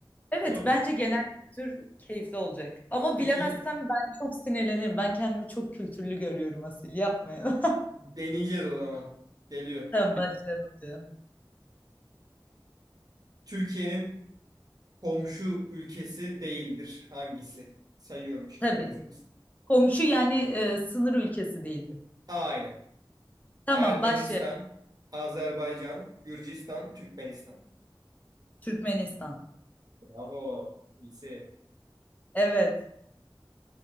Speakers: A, on the left; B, on the right.
A: Evet
B: Olur mu?
A: bence genel kültür keyifli olacak. Ama
B: Bilgi
A: bilemezsem ben Çok sinirlenirim. Ben kendimi çok kültürlü görüyorum Asil. Yapmayın.
B: deneyeceğiz o zaman. Geliyor.
A: <laughs> Tamam başlayalım canım.
B: Türkiye'nin komşu ülkesi değildir. Hangisi? Sayıyorum şıkları.
A: Tabii.
B: Hazır mısın?
A: Komşu yani e, sınır ülkesi değildi.
B: A.
A: Tamam
B: Ermenistan,
A: başlayalım.
B: Azerbaycan, Gürcistan, Türkmenistan.
A: Türkmenistan.
B: Bravo. İyisin.
A: Evet.